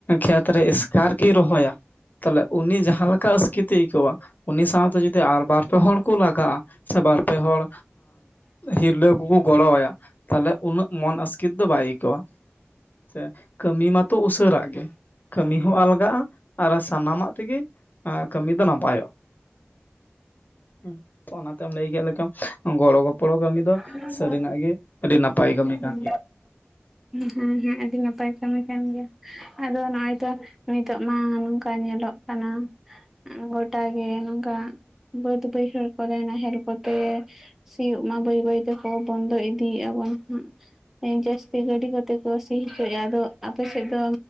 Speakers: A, on the left (about 40°); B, in the centre.
A: ᱠᱷᱮᱛ ᱨᱮ ᱮᱥᱠᱟᱨ ᱜᱮᱭ ᱨᱚᱦᱚᱭᱟ᱾ ᱛᱟᱦᱞᱮ ᱩᱱᱤ ᱡᱟᱦᱟᱸ ᱞᱮᱠᱟ ᱟᱥᱠᱤᱛ ᱟᱹᱭᱠᱟᱹᱣᱟ ᱩᱱᱤ ᱥᱟᱶᱛᱮ ᱡᱩᱫᱤ ᱟᱨ ᱵᱟᱨ ᱯᱮ ᱦᱚᱲ ᱠᱚ ᱞᱟᱜᱟᱜ-ᱟ᱾ ᱥᱮ ᱵᱟᱨᱯᱮ ᱦᱚᱲ ᱦᱤᱨᱞᱟᱹ ᱠᱚᱠᱚ ᱜᱚᱲᱚ ᱟᱭᱟ ᱛᱟᱦᱞᱮ ᱩᱱᱟᱹᱜ ᱢᱚᱱ ᱟᱥᱠᱤᱛ ᱫᱚ ᱵᱟᱭ ᱟᱹᱭᱠᱟᱹᱣᱟ ᱥᱮ ᱠᱟᱹᱢᱤ ᱢᱟᱛᱚ ᱩᱥᱟᱹᱨᱟᱜ ᱜᱮ᱾ ᱠᱟᱹᱢᱤ ᱦᱚᱸ ᱟᱞᱜᱟᱜᱼᱟ ᱟᱨ ᱥᱟᱱᱟᱢᱟᱜ ᱛᱮᱜᱮ ᱠᱟᱹᱢᱤ ᱫᱚ ᱱᱟᱯᱟᱭᱚᱜᱼᱟ ᱦᱩᱸ, ᱟᱪᱪᱷᱟ ᱚᱱᱟᱛᱮᱢ ᱞᱟᱹᱭ ᱠᱮᱫ ᱞᱮᱡᱟ ᱜᱚᱲᱚ ᱜᱚᱯᱚᱲᱚ ᱠᱟᱹᱢᱤ ᱫᱚ
B: ᱯᱨᱤᱭᱟᱝᱠᱟ
A: ᱥᱟᱹᱨᱤᱱᱟᱜ ᱜᱮ ᱟᱹᱰᱤ ᱱᱟᱯᱟᱭ ᱠᱟᱹᱢᱤ
B: ᱟᱵᱣᱱ
A: ᱠᱟᱱ ᱜᱮᱭᱟ
B: ᱱᱮᱱ <unintelligible> ᱦᱮᱸ ᱦᱮᱸ ᱟᱹᱰᱤ ᱱᱟᱯᱟᱭ ᱠᱟᱹᱢᱤ ᱠᱟᱱ ᱜᱮᱭᱟ ᱟᱫᱚ ᱱᱚᱸᱜ-ᱚᱭ ᱛᱚ᱾ ᱱᱤᱛᱚᱜ ᱢᱟ ᱱᱚᱝᱠᱟ ᱧᱮᱞᱚᱜ ᱠᱟᱱᱟ ᱜᱚᱴᱟ ᱜᱮ ᱱᱚᱝᱠᱟ ᱵᱟᱹᱫ ᱵᱟᱹᱭᱦᱟᱹᱲ ᱠᱚᱨᱮ ᱱᱟᱦᱮᱞ ᱠᱚᱛᱮ ᱥᱤᱭᱚᱜ ᱢᱟ ᱵᱟᱹᱭ ᱵᱟᱹᱭ ᱛᱮᱠᱚ ᱵᱚᱱᱫᱚ ᱤᱫᱤᱭᱮᱜ-ᱟ ᱵᱚᱱ ᱦᱟᱸᱜ ᱡᱟᱹᱥᱛᱤ ᱜᱟᱹᱰᱤ ᱠᱚᱛᱮ ᱫᱚ᱾ ᱠᱚ ᱥᱤ ᱦᱚᱪᱚᱭᱮᱫ-ᱟ ᱟᱫᱚ ᱟᱯᱮ ᱥᱮᱫ ᱫᱚ